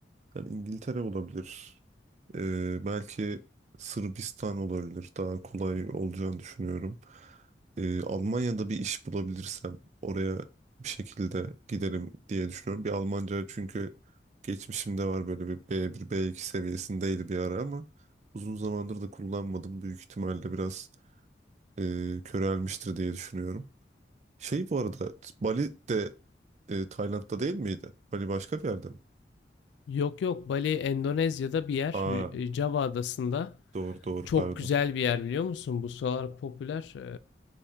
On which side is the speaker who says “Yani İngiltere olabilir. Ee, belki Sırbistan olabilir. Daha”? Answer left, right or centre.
Right